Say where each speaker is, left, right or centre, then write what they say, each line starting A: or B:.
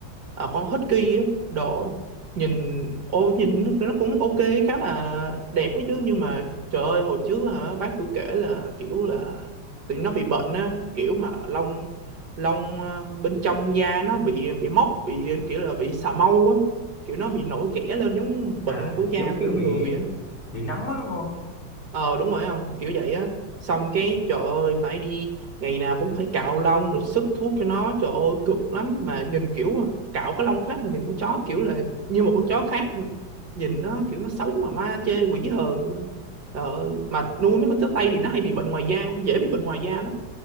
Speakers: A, on the right; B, on the left.
A: à, con Husky á độ nhìn ô nhìn nó nó cũng ok khá là đẹp ấy chứ nhưng mà trời ơi hồi trước là bác tôi kể là kiểu là tụi nó bị bệnh á kiểu mà lông lông à, bên trong da nó bị bị mốc bị kiểu là bị xà mâu á kiểu nó bị nổi ghẻ lên giống
B: à
A: bệnh của
B: giống
A: da
B: kiểu
A: của con
B: bị
A: người á
B: bị nấm á đúng không
A: Ờ đúng rồi không kiểu vậy á xong cái trời ơi phải đi ngày nào cũng phải cạo lông rồi sức thuốc cho nó trời ơi cực lắm mà nhìn kiểu cạo cái lông phát mà nhìn con chó kiểu là như một con chó khác luôn nhìn nó kiểu nó xấu mà ma chê quỷ hờn luôn trời ơi mà nuôi mấy con chó Tây thì nó hay bị bệnh ngoài da dễ bị bệnh ngoài da lắm